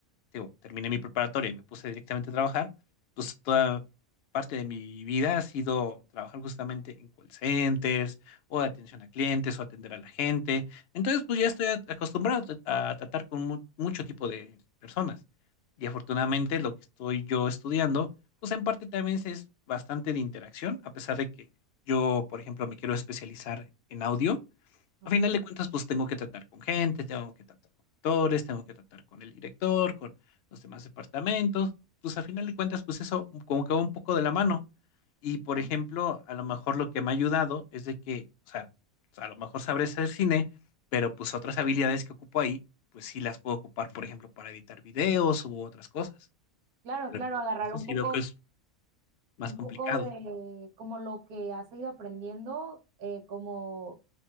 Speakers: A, on the left; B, on the right.
A: digo, terminé mi preparatoria y me puse directamente a trabajar, pues toda parte de mi vida ha sido trabajar justamente en call centers o de atención a clientes o atender a la gente. Entonces, pues ya estoy a- acostumbrado a tratar con mu- mucho tipo de personas. Y afortunadamente lo que estoy yo estudiando, pues en parte también es bastante de interacción, a pesar de que yo, por ejemplo, me quiero especializar en audio
B: Ok.
A: a final de cuentas, pues tengo que tratar con gente, tengo que tratar con actores, tengo que tratar con el director, con los demás departamentos. Pues a final de cuentas, pues eso como que va un poco de la mano. Y por
B: pues
A: ejemplo, a lo mejor lo que me ha ayudado es de que, o sea, o sea, a lo mejor sabré hacer cine, pero pues otras habilidades que ocupo ahí, pues sí las puedo ocupar, por ejemplo, para editar videos u otras cosas.
B: Claro,
A: Pero
B: claro,
A: en mi
B: agarrar
A: caso
B: un
A: sí
B: poco,
A: veo que es más
B: un
A: complicado.
B: poco de como lo que has ido aprendiendo, eh, como